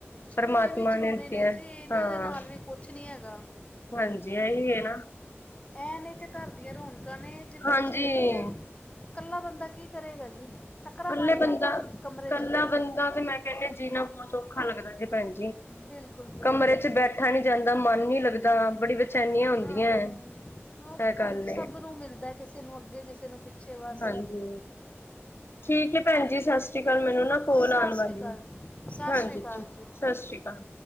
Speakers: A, on the left; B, on the left.
A: ਚਲੋ
B: ਪਰਮਾਤਮਾ
A: ਇਹ ਵੀ ਜ਼ਰੂਰੀ
B: ਦਿੱਤੀਆਂ
A: ਨੇ ਜੀ ਇਹਨਾਂ
B: ਹਾਂ
A: ਦੇ ਨਾਲ ਵੀ ਕੁਛ ਨੀ ਹੈਗਾ
B: ਹਾਂਜੀ ਇ ਹੀ ਹੈ ਨਾ
A: ਇਹ ਨੇ ਤੇ ਘਰ ਦੀਆਂ ਰੌਣਕਾਂ ਨੇ ਜੇ
B: ਹਾਂਜੀ
A: ਬੱਚੇ ਨੇ
B: ਇਕੱਲੇ
A: ਤੇ, ਕੱਲਾ ਬੰਦਾ ਕੀ ਕਰੇਗਾ ਜੀ ਟੱਕਰਾ
B: ਇਕੱਲੇ
A: ਮਾਰੇਗਾ
B: ਬੰਦਾ
A: ਕਾਂ-
B: ਇਕੱਲਾ
A: ਕਮਰੇ 'ਚ
B: ਬੰਦਾ ਤੇ ਮੈਂ ਕਹਿੰਦੇ ਜੀਣਾ ਬਹੁਤ ਔਖਾ ਲੱਗਦਾ ਸੀ ਭੈਣ
A: ਬਿਲਕੁਲ ਬਿਲਕੁਲ
B: ਕਮਰੇ ਚ ਬੈਠਾ ਨੀ ਜਾਂਦਾ ਮਨ ਨੀ ਲੱਗਦਾ ਬੜੀ ਚਨੀਆਂ ਹੁੰਦੀਆਂ
A: ਹਾਂ
B: ਇਹ
A: ਉਹ ਭੈਣ
B: ਗੱਲ
A: ਜੀ ਸਭ ਨੂੰ ਮਿਲਦਾ ਕਿਸੇ ਕਿਸੇ ਨੂੰ ਅੱਗੇ ਕਿਸੇ ਨੂੰ ਪਿੱਛੇ ਬਸ
B: ਹਾਂਜੀ ਠੀਕ ਹੈ ਭੈਣ
A: ਹਾਂਜੀ
B: ਜੀ ਸਤਿ ਸ੍ਰੀ ਅਕਾਲ ਮੈਨੂੰ ਨਾ ਕੋਲ
A: ਸਤਿ
B: ਆਉਣ
A: ਸ਼੍ਰੀ
B: ਵਾਲੀ
A: ਅਕਾਲ
B: ਆ
A: ਜੀ ਸਤਿ
B: ਹਾਂਜੀ
A: ਸ਼੍ਰੀ ਅਕਾਲ
B: ਸਤਿ
A: ਜੀ
B: ਸ੍ਰੀ ਅਕਾਲ